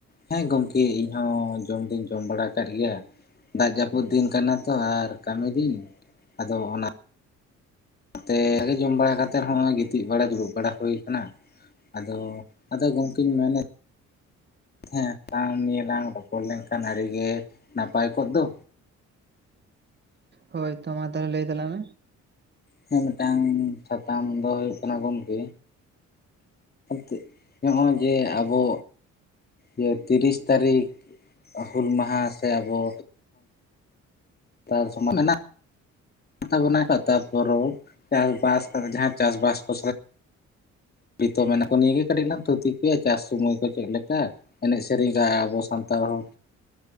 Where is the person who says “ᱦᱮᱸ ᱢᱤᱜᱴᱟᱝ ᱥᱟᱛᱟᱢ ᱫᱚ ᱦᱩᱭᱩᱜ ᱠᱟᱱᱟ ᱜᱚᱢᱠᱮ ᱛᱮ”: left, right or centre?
Left